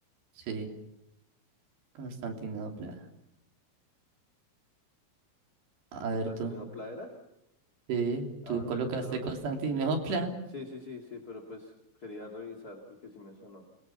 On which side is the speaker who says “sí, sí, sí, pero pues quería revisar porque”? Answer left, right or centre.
Left